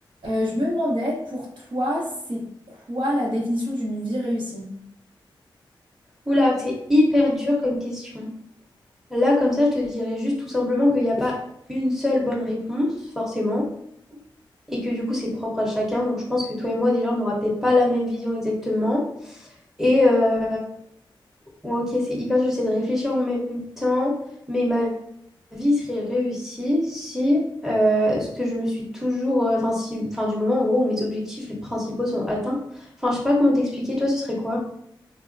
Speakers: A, on the right; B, in the centre.
A: Euh, je me demandais, pour toi, c'est quoi la définition d'une vie réussie?
B: Oula, c'est hyper dur comme question. Là, comme ça, je te dirais juste tout simplement qu'il n'y a pas une seule bonne réponse, forcément, et que du coup, c'est propre à chacun. Donc, je pense que toi et moi, déjà, on n'aura peut-être pas la même vision exactement. Et euh, ouais, ok, c'est hyper dur, j'essaie de réfléchir en même temps, mais ma vie serait réussie si euh, ce que je me suis toujours, euh, enfin, si, enfin, du moment en gros où mes objectifs principaux sont atteints. Enfin, je sais pas comment t'expliquer, toi, ce serait quoi?